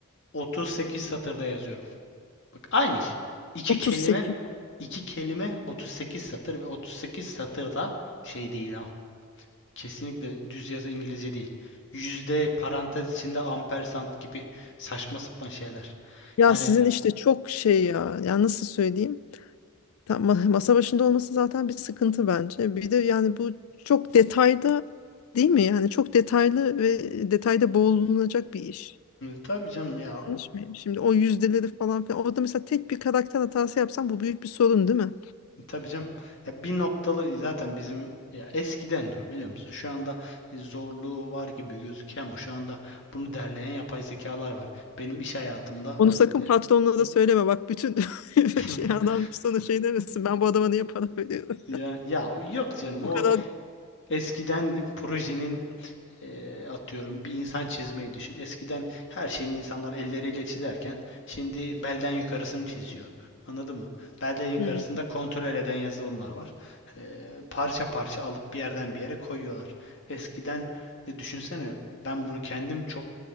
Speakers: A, on the left (about 55°); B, on the left (about 75°).
A: 38 satırda yazıyorum. Bak aynı iş. İki
B: 38.
A: kelime, iki kelime 38 satır ve 38 satırda şey değil ama. Kesinlikle düz yazı İngilizce değil. Yüzde, parantez içinde ampersand gibi saçma sapan şeyler.
B: Ya
A: Yani
B: sizin işte çok şey ya. Ya nasıl söyleyeyim? Tam, ma- masa başında olması zaten bir sıkıntı bence. Bir de yani bu çok detayda değil mi? Yani çok detaylı ve detayda boğulunacak bir iş.
A: tabii canım ya
B: Yanlış mıyım? Şimdi o yüzdeleri falan filan. Orada mesela tek bir karakter hatası yapsan bu büyük bir sorun değil mi?
A: Tabii canım. Ya bir noktalı zaten bizim ya eskiden de o biliyor musun? Şu anda e, zorluğu var gibi gözüküyor ama şu anda bunu derleyen yapay zekalar var. Benim iş hayatımda
B: Onu Yani sakın
A: e,
B: patronuna da söyleme. Bak bütün <laughs>
A: <laughs>
B: şey adam sana şey demesin. Ben bu adama niye para veriyorum?
A: ya, ya yok canım
B: Bu
A: o
B: kadar
A: eskiden projenin Eee, atıyorum bir insan çizmeyi düşün. Eskiden her şeyini insanlar elleriyle çizerken şimdi belden yukarısını çiziyor. Anladın mı? Belden yukarısında
B: Hmm,
A: kontrol eden yazılımlar var. Eee, parça parça alıp bir yerden bir yere koyuyorlar. Eskiden e, düşünsene ben bunu kendim çok